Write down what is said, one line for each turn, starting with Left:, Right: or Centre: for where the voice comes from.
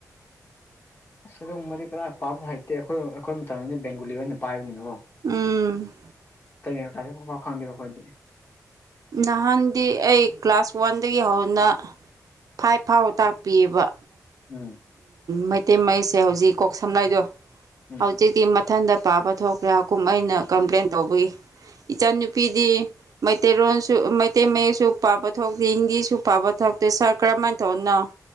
Left: <inaudible> ꯑꯁ ꯑꯗꯨꯕꯗꯤ ꯀꯅꯥ ꯄꯥꯕꯁꯨ ꯍꯩꯇꯦ ꯑꯩꯈꯣꯏ ꯑꯩꯈꯣꯏ ꯃꯇꯝꯗꯗꯤ ꯕꯦꯡꯒꯣꯂꯤ ꯑꯣꯏꯅ ꯄꯥꯏꯕꯅꯤꯅꯣ
Right: ꯎꯝ
Left: ꯇꯩꯅꯥꯏꯦ ꯄꯥꯎ ꯈꯪꯗꯦꯕ ꯑꯩꯈꯣꯏꯗꯤ
Right: ꯅꯍꯥꯟꯗꯤ ꯑꯩ ꯀ꯭ꯂꯥꯁ ꯋꯥꯟꯗꯒꯤ ꯍꯧꯅ ꯐꯥꯏꯚ ꯐꯥꯎ ꯇꯥꯛꯄꯤꯑꯕ
Left: ꯎꯝ
Right: ꯃꯩꯇꯩ ꯃꯌꯦꯛꯁꯦ ꯍꯧꯖꯤꯛ ꯀꯣꯛ ꯁꯝꯅꯏꯗꯣ
Left: ꯎꯝ
Right: ꯍꯧꯖꯤꯛꯇꯤ ꯃꯊꯟꯇ ꯄꯥꯕ ꯊꯣꯛꯈ꯭ꯔꯦ ꯀꯨꯝ ꯑꯩꯅ ꯀꯝꯄ꯭ꯂꯦꯟ ꯇꯧꯕꯒꯤ ꯏꯆꯟꯅꯨꯄꯤꯗꯤ ꯇꯦꯔꯣꯟꯁꯨ ꯃꯩꯇꯩ ꯃꯌꯦꯛꯁꯨ ꯄꯥꯕ ꯊꯣꯛꯇꯦ ꯍꯤꯟꯗꯤꯁꯨ ꯄꯥꯕ ꯊꯣꯛꯇꯦ ꯁꯥꯔ ꯀꯔꯝꯍꯥꯏꯅ ꯇꯧꯅ